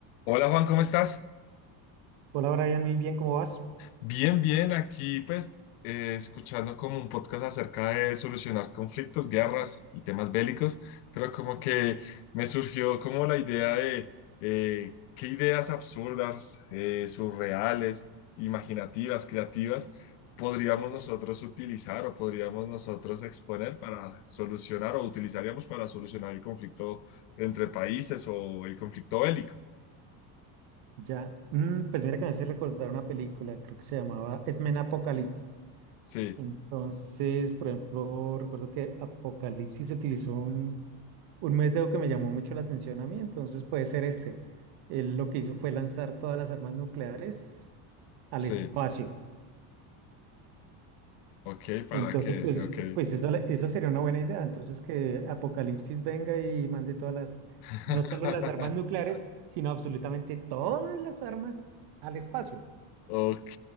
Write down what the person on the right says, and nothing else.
Hola Brian, muy bien, ¿cómo vas?
Ya, mm, pues mira que me hace recordar una película, creo que se llamaba X-Men Apocalypse.
Entonces, por ejemplo, recuerdo que Apocalipsis utilizó un, un método que me llamó mucho la atención a mí, entonces puede ser ese. Él lo que hizo fue lanzar todas las armas nucleares al
espacio.
Entonces,
pues,
pues esa, le- esa sería una buena idea. Entonces, que Apocalipsis venga y mande todas las,
no solo las armas nucleares, sino absolutamente todas las armas al espacio.